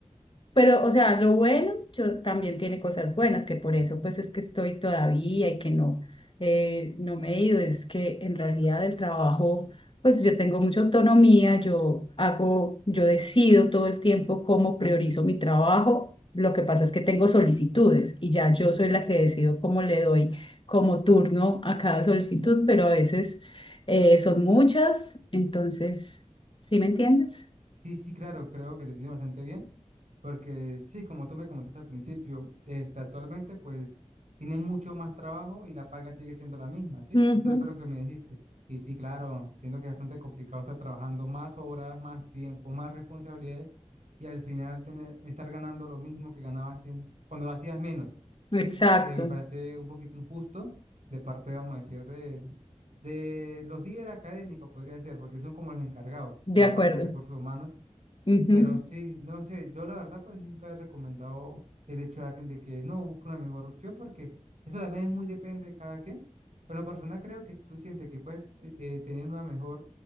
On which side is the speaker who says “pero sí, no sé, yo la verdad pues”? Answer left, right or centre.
Right